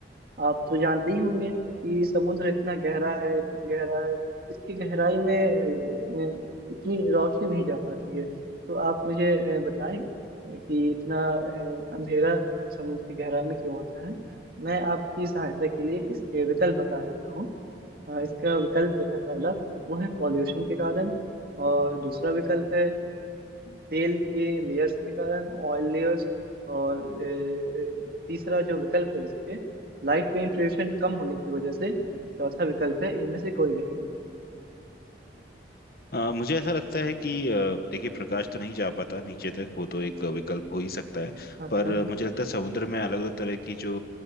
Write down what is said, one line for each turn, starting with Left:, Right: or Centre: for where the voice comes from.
Right: आप तो जानते ही होंगे कि समुद्र इतना गहरा है इतना गहरा है इसकी गहराई में अ, अ, इतनी रोशनी नहीं जा पाती है तो आप मुझे अ, बताएं अ, कि इतना अ, अंधेरा समुद्र की गहराई में क्यों होता है मैं आपकी सहायता के लिए इसके विकल्प बता देता हूँ अ, इसका विकल्प जो है पहला वो है पॉल्यूशन के कारण और दूसरा विकल्प है तेल के लेयर्स के कारण ऑयल लेयर्स और अ, तीसरा जो विकल्प है इसके लाइट पेनिट्रेशन कम होने की वजह से चौथा विकल्प है इनमें से कोई नहीं
Left: अ, मुझे ऐसा लगता है कि अ, देखिए प्रकाश तो नहीं जा पाता नीचे तक वो तो एक विकल्प हो ही सकता है
Right: हाँ
Left: पर
Right: हाँ
Left: अ, मुझे लगता है समुद्र में अलग अलग तरह की जो